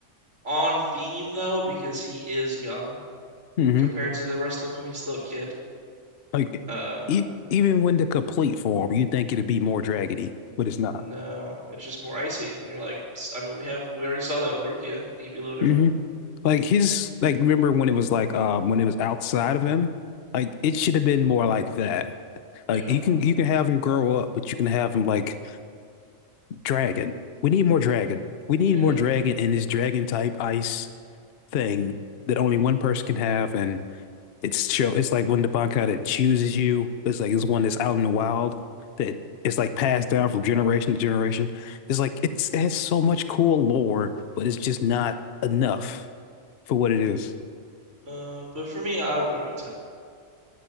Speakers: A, on the right; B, on the left.
A: on theme though, because he is young
B: hmm
A: compared to the rest of them. He's still a kid.
B: Like
A: Uh,
B: e even when the complete form, you think it'd be more dragony, but it's not.
A: no, it's just more icy, and you're like, s- I mean, we have we already saw that with Rukia. Can you be a little different?
B: hmm Like his like remember when it was like um when it was outside of him? Like it should have been more like that. Like
A: Yeah,
B: you can you can have him grow up, but you can have him like dragon. We need more dragon.
A: yeah.
B: We need
A: yeah.
B: more dragon in this dragon type ice thing that only one person can have and it's show it's like when the Bankai that chooses you, it's like it's one that's out in the wild that is like passed down from generation to generation. It's like it's it has so much cool lore, but it's just not enough for what it is.
A: Uh, but for me, I would put him at ten.